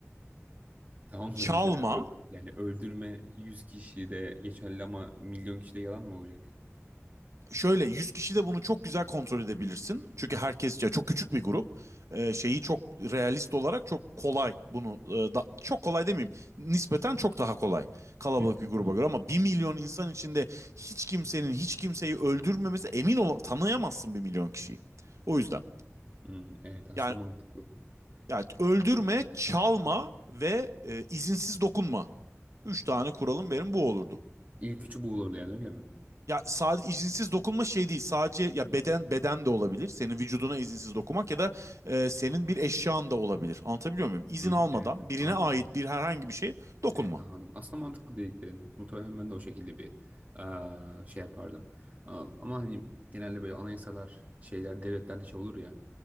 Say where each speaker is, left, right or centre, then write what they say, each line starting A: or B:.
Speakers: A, on the right (about 30°); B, on the right (about 75°).
A: <laughs> Tamam
B: çalma,
A: da mesela ö- yani öldürme 100 kişi de geçerli ama milyon kişi de yalan mı olacak?
B: şöyle 100 kişi de bunu çok güzel kontrol edebilirsin.
A: Hmm,
B: Çünkü
A: evet.
B: herkes ya çok küçük bir grup. Ee, şeyi çok realist olarak çok kolay bunu e, da- çok kolay demeyeyim. Nispeten çok daha kolay kalabalık
A: Evet evet
B: bir gruba
A: doğru.
B: göre ama bir milyon insan içinde hiç kimsenin hiç kimseyi öldürmemesi emin ol tanıyamazsın bir milyon kişiyi. O yüzden
A: Hmm, evet aslında
B: yani,
A: mantıklı.
B: yani öldürme, çalma ve e, izinsiz dokunma. Üç tane kuralım benim bu olurdu.
A: İlk üçü bu olurdu yani öyle mi?
B: Ya sadece izinsiz dokunma şey değil. Sadece ya beden beden de olabilir. Senin vücuduna izinsiz dokunmak ya da e, senin bir eşyan da olabilir. Anlatabiliyor muyum? İzin
A: Hı hı,
B: almadan
A: evet evet
B: birine
A: anladım
B: ait
A: anladım.
B: bir herhangi bir şeye dokunma.
A: Evet anladım. Aslında mantıklı dediklerin. Muhtemelen ben de o şekilde bir eee, şey yapardım. A- Ama hani genelde böyle anayasalar, şeyler, devletlerde şey olur ya.